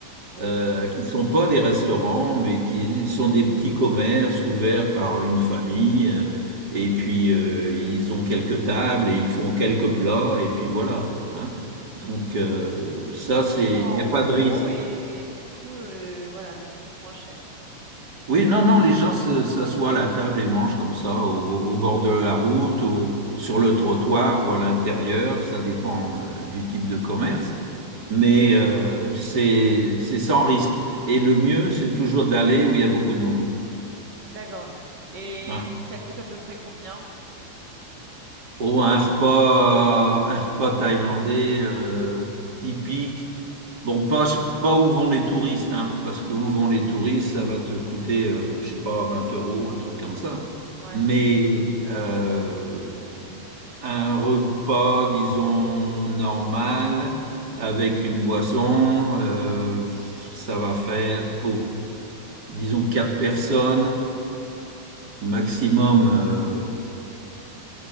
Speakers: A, on the right; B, on the right.
A: Oui.
B: euh, qui ne sont pas des restaurants, mais qui sont des petits commerces ouverts par une famille. euh, Et puis, euh, ils ont quelques tables et ils font quelques plats, et puis voilà. hein. Donc, euh, ça,
A: Donc
B: c'est,
A: ils font en
B: il n'y a pas
A: gros
B: de risque.
A: et du coup, euh, voilà, ça coûte moins cher.
B: Oui, non, non, les gens se- s'assoient à la table et mangent comme ça, au, au bord de la route, au- sur le trottoir ou à l'intérieur, ça dépend euh, du type de commerce, mais euh, c'est c'est sans risque. Et le mieux, c'est toujours d'aller où il y a beaucoup de monde.
A: D'accord. Et
B: Ouais.
A: hum, ça coûte à peu près combien?
B: Oh, un repas, euh, un repas thaïlandais euh, typique. Bon, pas, pas où vont les touristes, hein, parce que où vont les touristes, ça va te coûter, euh, je sais pas, 20 euros, un truc comme ça.
A: Ouais,
B: Mais euh, un repas, disons, normal, avec une boisson, euh, ça va faire pour, disons, quatre personnes, maximum euh,